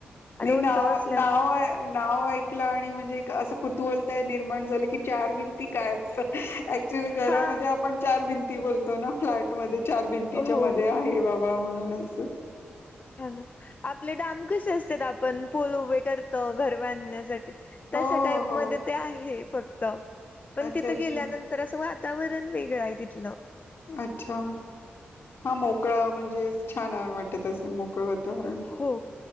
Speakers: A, on the left; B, on the left.
A: आणि
B: नाही
A: उंचाव
B: नाव
A: असल्यामुळं
B: नाव नाव ऐकलं आणि म्हणजे असं कुतुहल निर्माण झाल की चार भिंती काय ऍक्च्युली घरामध्ये
A: हा
B: आपण चार भिंती बोलतो तो ना फ्लॅट मध्ये चार भिंतीच्या
A: हो
B: मध्ये आहे बाबा म्हणूनच
A: हा ना आपले डाम कसे असतात. आपण पूल उभे करतो घर बांधण्यासाठी तशा
B: हो हो
A: टाईप
B: हो
A: मध्ये ते आहे फक्त पण
B: अच्छा
A: तिथं
B: अच्छा
A: गेल्यानंतर असं वा <unintelligible> वातावरण वेगळं आहे तिथलं.
B: अच्छा हा मोकळा म्हणजे छान वाटत असेल मोकळ वा <unintelligible> वातावरण
A: हो